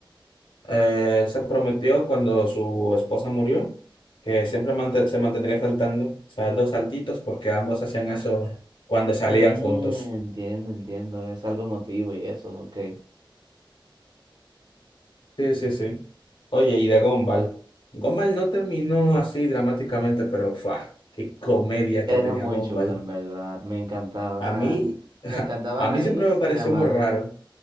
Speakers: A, on the left (about 70°); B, on the right (about 55°).
A: Eh, él se prometió cuando su esposa murió que siempre mante- se mantendría saltando, o sea, dos saltitos, porque ambos hacían eso cuando salían
B: Ah,
A: juntos.
B: entiendo, entiendo. Es algo emotivo y eso, ok.
A: Sí, sí, sí. Oye, y de Gumball. Gumball no terminó así dramáticamente, pero ¡fua! ¡Qué comedia
B: Era
A: que tenía
B: muy
A: Gumball!
B: chula, en verdad. Me encantaba. O
A: A
B: sea,
A: mí, <laughs>
B: me encantaba
A: a
B: Anaís
A: mí siempre me pareció
B: y la madre.
A: muy raro.